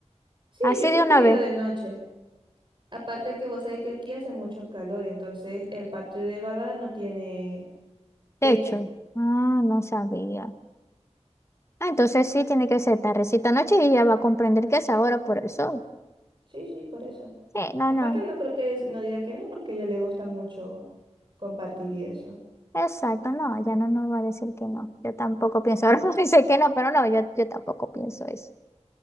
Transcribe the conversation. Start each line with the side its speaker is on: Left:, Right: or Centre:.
Right: sí,
Left: Así
Right: yo preferiría
Left: de una vez.
Right: de noche. Aparte que vos sabés que aquí hace mucho calor, entonces el patio de Bárbara no tiene techo.
Left: Techo. Ah, no sabía. Ah, entonces sí tiene que ser tardecita noche y ella va a comprender que es ahora por el sol.
Right: Sí, sí, por eso.
Left: Sí, no,
Right: Aparte
Left: no.
Right: no creo que es- no diga que no, porque a ella le gusta mucho compartir y eso.
Left: Exacto, no, ella no nos va a decir que no. Yo tampoco pienso, <laughs> ahora no dice que no, pero no, yo, yo tampoco pienso eso.